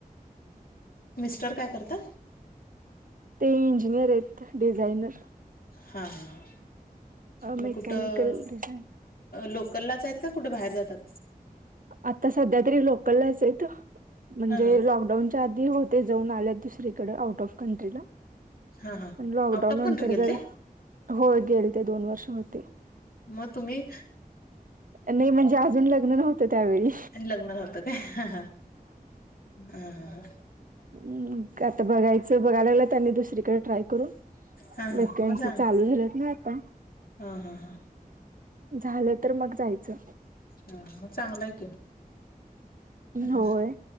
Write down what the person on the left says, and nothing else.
मिस्टर काय करतात?
हा हा हा. मग
कुठं
लोकललाच आहेत का कुठे बाहेर जातात?
हा हा.
हा हा
आउट ऑफ
कंट्री गेलते?
मग तुम्ही?
लग्न नव्हता काय ह हा हा
हा हा
मग चांग
हा हा हा.
ह म चांगलंय की. हम्म.